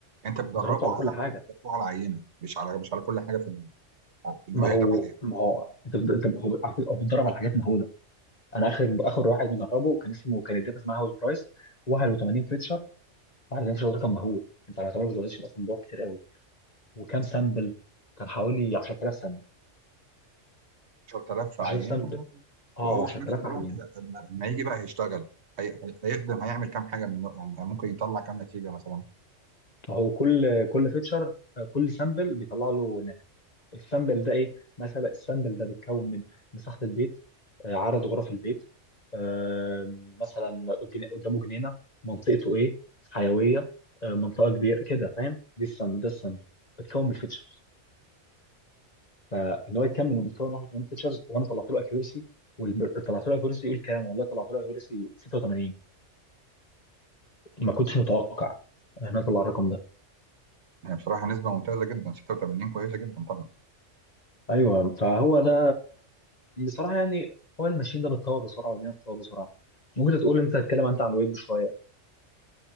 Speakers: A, on the right; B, on the left.
A: انت بتدربه
B: دربته على
A: على
B: كل حاجه
A: بتدربه على عينه مش على مش على كل حاجه في ال- آه، ان
B: ما
A: هو يخدم
B: هو
A: عليها
B: ما هو انت بت- انت هو على فكرة هو بيتدرب على حاجات مهوله انا اخر اخر واحد مدربه كان اسمه كان الداتا اسمها هاوس برايس 81 فيتشر 81 فيتشر ده كان مهول انت على تعمل فيزواليزيشن اصلا بيقعد كتير قوي وكام سامبل كان حوالي 10000 سامبل
A: 10000 في
B: 10000
A: عينه
B: سامبل اه
A: وهو
B: 10000
A: في نفس الوقت
B: يعني
A: لما لما يجي بقى هيشتغل هي... هي- هيخدم هيعمل كام حاجه من النوع- يعني ممكن يطلع كام نتيجه مثلا
B: هو كل كل فيتشر كل سامبل بيطلع له ناتج السامبل ده ايه مثلا السامبل ده بيتكون من مساحه البيت آه، عدد غرف البيت آه، مثلا جن- قدامه جنينه منطقته ايه حيويه آه، منطقه كبيره كده فاهم دي السامبل ده السامبل بتكون من الفيتشرز فان هو يكمل من مستوى 81 فيتشرز وانا طلعت له اكيورسي طلعت له اكيورسي يقول كام والله طلعت له اكيورسي 86 ما كنتش متوقع ان انا اطلع الرقم ده
A: يعني بصراحه نسبه ممتازه جدا 86 كويسه جدا طبعا
B: ايوه فهو ده بصراحه يعني هو الماشين ده بيتطور بسرعه والدنيا بتتطور بسرعه ممكن تقول انت تتكلم انت عن الويب شويه